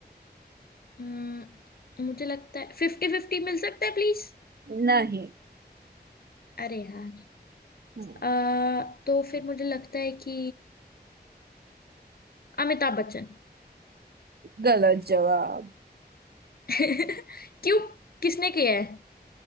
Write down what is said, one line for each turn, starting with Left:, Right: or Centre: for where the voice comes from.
Left: हम्म, मुझे लगता है फिफ्टी फिफ्टी मिल सकता है प्लीज
Right: नहीं
Left: अरे यार
Right: हम्म,
Left: अ, तो फिर मुझे लगता है कि अमिताभ बच्चन
Right: गलत जवाब
Left: <laughs> क्यों किसने किया है